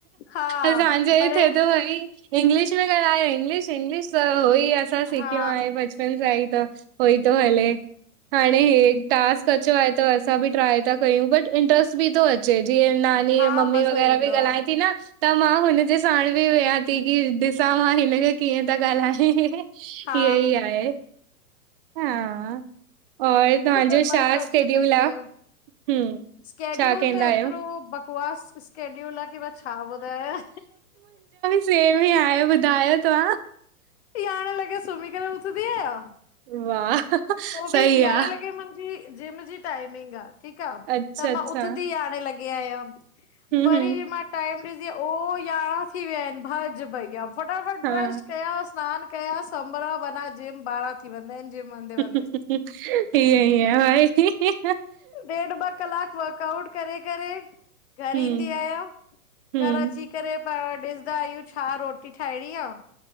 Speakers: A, on the left; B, on the right.
A: हा
B: असांजे
A: पर
B: ई थिए थो भई। इंग्लिश में ॻालाआहयो इंग्लिश- इंग्लिश त उहो ई असां सिखियो
A: हा
B: आहे, बचपन सां ई त होई तो हले। हाणे हे टास्क अचो आहे, त असां बि ट्राए था कयूं, बट इंट्र्स्ट बि थो अचे, जीअं नानी
A: हा
B: मम्मी
A: मज़ो
B: वग़ैरह
A: ईंदो
B: बि ॻाल्हाए
A: आ
B: थी न! त मां हुनजे साण बि वेहा थी कि ॾिसां मां हिनखे कीअं तां ॻाल्हाये? इयई
A: हा
B: आहे, हा। और तहांजो
A: पर
B: छा
A: मज़ो
B: स्टेड्यूल
A: अचे थो
B: आं?
A: हीअं
B: हम,
A: स्केड्यूल
B: छा कैंदा
A: त एतिरो
B: आहियो?
A: बकवास स्केड्यूल आहे कि मां छा ॿुधायां?
B: बिल भि आयो ॿुधायो तव्हां।
A: यांरें लॻे सुमी करे उथदीे आहयां।
B: वाह।
A: तो बि,
B: सही आ।
A: यारें लॻे मन मुंजी जिम जी टाइमिंग आ, ठीक आ,
B: अच्छा,
A: त
B: अच्छा।
A: मां उथंदी यारें लॻे आयां।
B: हूं,
A: वरी
B: हूं।
A: जे मां टाइम ॾिसी, ओ यारहां थी वया आहिन! भॼ भईया, फटाफट
B: हा।
A: ब्रश कयास सनानु कया, संभरां, वंञा जिम, ॿारहां थी वेंदा आहिन जिम वेंदें -वेंदे।
B: ईअं- ईअं ईयही आ भाई।
A: ॾेढ ॿ कलाक वर्कआउट करे- करे, घर
B: हूं,
A: ईंदी आहियां।
B: हूं।
A: घर अची घर अची करे पो ॾिसदा आहियूं छा रोटी ठाहिणी आ?